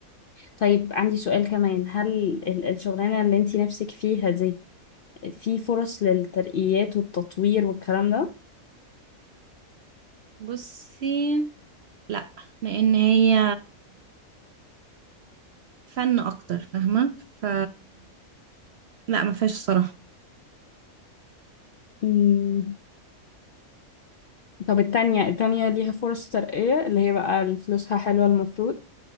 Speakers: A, on the left; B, on the right.
A: طيب عندي سؤال كمان هل ال- الشغلانة اللي انتي نفسك فيها دي في فرص للترقيات والتطوير والكلام ده؟
B: بصي لا لان هي فن اكتر فاهمه ف لا ما فيهاش الصراحه
A: مم. طب التانية التانية ليها فرص ترقية اللي هي بقى فلوسها حلوة المفروض